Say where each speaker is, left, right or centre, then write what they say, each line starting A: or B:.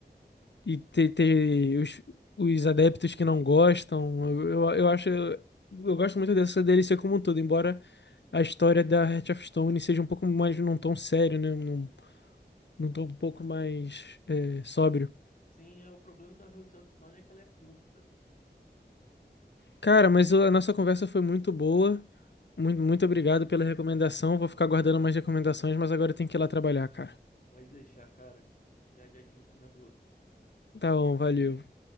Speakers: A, on the left; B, on the left.
A: e ter, ter os, os adeptos que não gostam. Eu, eu, eu acho... Eu gosto muito dessa DLC como um todo, embora... a história da Heart of Stone seja um pouco mais num tom sério, né? Num, num tom um pouco mais é, sóbrio.
B: Sim, é o problema da Hearts of Stone é que ela é curta.
A: Cara, mas a nossa conversa foi muito boa. Muito, muito obrigado pela recomendação. Vou ficar guardando mais recomendações, mas agora eu tenho que ir lá trabalhar, cara.
B: Pode deixar, cara. Já já te recomendo outro.
A: Tá bom, valeu.